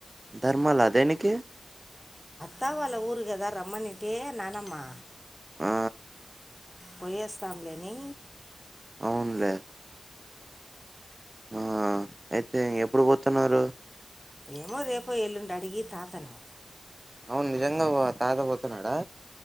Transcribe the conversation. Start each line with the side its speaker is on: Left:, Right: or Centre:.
Right: ధర్మాల దేనికి
Centre: తావాల ఊరుకదా రమ్మనింటే నానమ్మా
Right: ఆ
Centre: వయేస్ చబలేని
Right: అవునులే ఆ అయితే ఇం ఎప్పుడు పోతున్నారు
Centre: ఏమో రేపో ఎల్లుండి అడిగి తాతను
Right: అవును నిజంగా తాత పోతున్నాడా